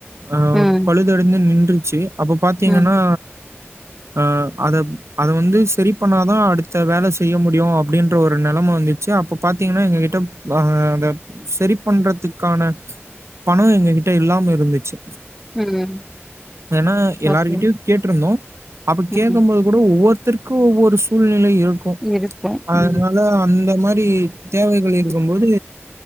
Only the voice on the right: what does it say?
அ
பழுதடந்து நின்று சே அப்ப பாத்தீங்கன்னா
அ அத அத வந்து செரி பண்ணாதா அடுத்த வேல செய்ய முடியு அப்டின்ற ஒரு நெலம வந்துச்சு அப்போ பாத்தீங்கன்னா எங்க கிட்டப் வ அத செரி பண்றதுக்கான பணோ எங்க கிட்ட இல்லாம இருந்துச்சு
ஏனா எல்லாருகிட்டயு
கேட்ருந்தோ அப்ப
கேட்கம்போது கூட ஒவ்வொர்த்ர் கு ஒரு சூழ்நிலை இருக்
அதுனால
அந்த மார் ரி தேவைகள் இருக்கும்போது